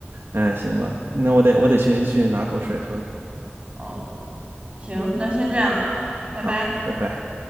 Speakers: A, on the right; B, on the right.
A: 哎，行吧，那我得我得先去拿口水喝了。
B: 哦，行，那先这样，拜拜。
A: 好，拜拜。